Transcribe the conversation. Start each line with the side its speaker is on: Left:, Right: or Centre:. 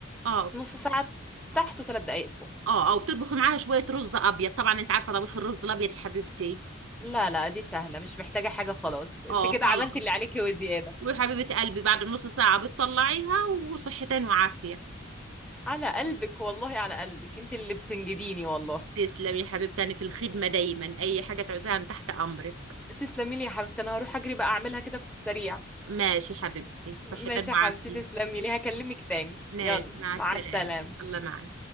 Right: اه
Centre: نص ساعة تحت وثلاث دقايق فوق
Right: اه اه وبتطبخي معاها شويه رز ابيض طبعا انت عارفه طبيخ الرز الابيض يا حبيبتي
Centre: لا لا دي سهلة مش محتاجة حاجة خلاص انت
Right: اه
Centre: كده
Right: خلاص
Centre: عملتي اللي عليكي وزيادة
Right: وحبيبه قلبي بعد نص ساعه بتطلعيها وصحتين وعافيه
Centre: على قلبك والله على قلبك انت اللي بتنجديني والله
Right: تسلمي يا حبيبتي في الخدمه دايما اي حاجه تعوزيها أنا تحت امرك
Centre: تسلمي لي يا حبيبتي أنا هروح أجري بقى أعملها كده في السريع
Right: ماشي حبيبتي صحتين
Centre: ماشي يا
Right: وعافيه
Centre: حبيبتي تسلمي لي هكلمك تاني
Right: ماشي
Centre: يلا
Right: مع
Centre: مع
Right: السلامة
Centre: السلامة
Right: الله معك